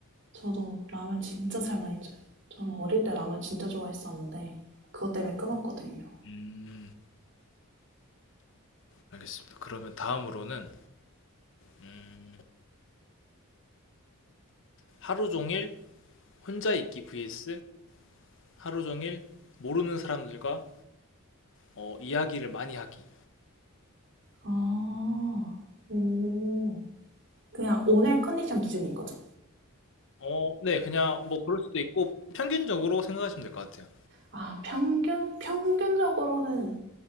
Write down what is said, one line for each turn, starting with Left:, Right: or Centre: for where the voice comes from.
Right: 저도 라면 진짜 잘 많이 쪄요. 저는 어릴 때 라면 진짜 좋아했었는데 그것 때문에 끊었거든요.
Left: 음, 알겠습니다. 그러면 다음으로는 음, 하루 종일 혼자 있기 vs 하루 종일 모르는 사람들과 어, 이야기를 많이 하기.
Right: 아, 오. 그냥 오늘 컨디션 기준인 거죠.
Left: 어, 네, 그냥 뭐 그럴 수도 있고 평균적으로 생각하시면 될 것 같아요.
Right: 아, 평균? 평균적으로는